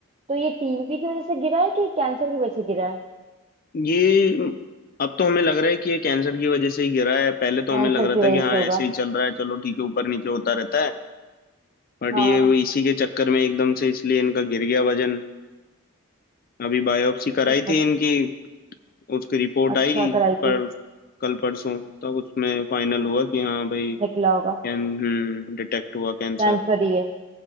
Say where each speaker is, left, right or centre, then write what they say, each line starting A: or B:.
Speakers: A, on the right; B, on the left.
A: तो ये टीवी की वजह से गिरा है कि कैंसर की वजह से गिरा है
B: ये अब तो हमें लग रहा है कि ये कैंसर की वजह से ही गिरा है पहले तो
A: कैंसर
B: हमें लग रहा
A: की वजह
B: था कि हाँ
A: से होगा
B: ऐसे ही चल रहा है चलो ठीक है ऊपर नीचे होता रहता है बट
A: हाँ
B: ये वो इसी के चक्कर में एकदम से इसलिए इनका गिर गया वजन अभी बायोप्सी कराई
A: तो बहुत
B: थी इनकी उसकी रिपोर्ट
A: अच्छा
B: आई
A: कराई थी
B: पर कल परसों तब उसमें फाइनल हुआ कि हाँ भाई
A: निकला होगा
B: कैन हम्म डिटेक्ट हुआ कैंसर
A: कैंसर ही है